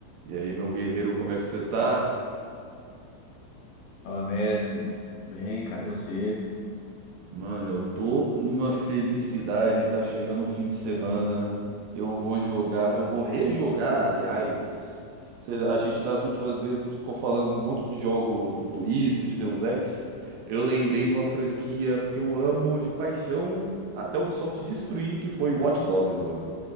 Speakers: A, on the right; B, on the left.
A: E aí, meu guerreiro, como é que você tá?
B: Fala, mestre. Bem, cara, e você?
A: Mano, eu tô numa felicidade, tá chegando o fim de semana. Eu vou jogar, eu vou rejogar, aliás. Cê- A gente das últimas vezes ficou falando um monte de jogo futurista, de Deus Ex. Eu lembrei de uma franquia que eu amo de paixão, até a Ubisoft destruir, que foi Watch Dogs, mano.